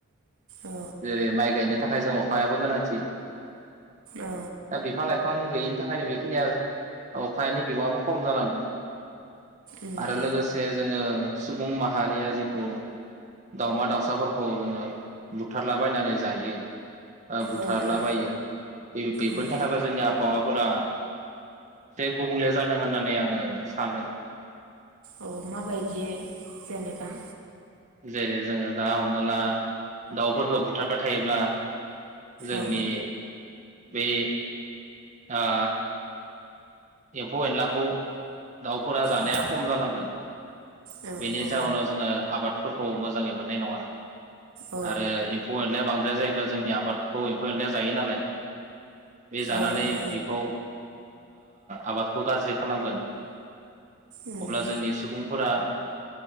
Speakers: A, on the right; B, on the right.
A: औ
B: जेरै माइ गायनो थाखाय ज अखायाबो गोनांथि
A: औ
B: दा बिफां लाइफां गैयिनि थाखायनो बेखिनिया अखानि बिमाङाबो खम जालांदों
A: उम
B: आरो लोगोसे जोङो सुबुं माहारिया जिथु दाावमा दाउसाफोरखौ जोङो बुथारलाबायनानै जायो बुथारलाबायो
A: औ औ
B: बेफोरनि
A: उम
B: थाखायबा जोंनि फोरा जे गुबुंले जादों होननानै आङो सानो।
A: औ माबायदियै जेनेबा?
B: जेरै जोङो दा माब दाउफोरखौ बुथारबाय थायोब्ला जोंनि
A: औ
B: बे ओ एम्फौ एनलाखौ बेखौ दाउफोरा जानाया
A: औ
B: खम जालांगोन
A: औ
B: बेनि
A: औ
B: जाउोनाव जोङो आबादफोरखौ मोजाङै मोननाय नङा
A: औ
B: आरो एम्फौ एनलाया बांद्राया जायोब्ला जोंनि आबादखौ एम्फौ एनलाया जायो नालाय बे जानानै
A: औ औ
B: बेखौ आबादखौ गाज्रिखौ खालामगोन
A: उम
B: अब्ला जोंनि सुबुंफोरा